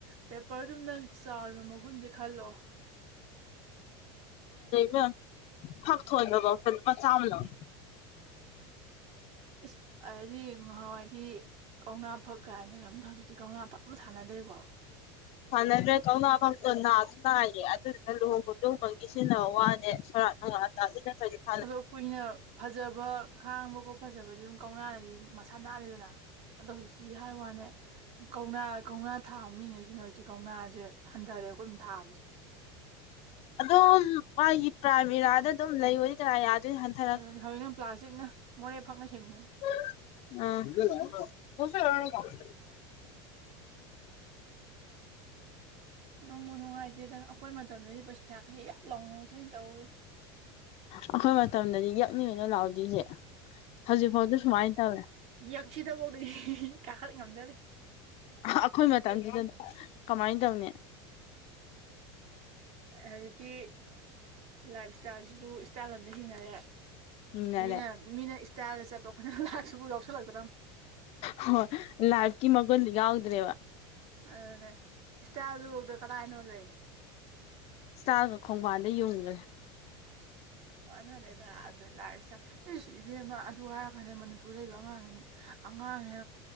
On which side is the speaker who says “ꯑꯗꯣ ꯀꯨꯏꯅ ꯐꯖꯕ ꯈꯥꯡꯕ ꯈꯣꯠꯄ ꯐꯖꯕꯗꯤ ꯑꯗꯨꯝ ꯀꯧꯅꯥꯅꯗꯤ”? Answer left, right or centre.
Right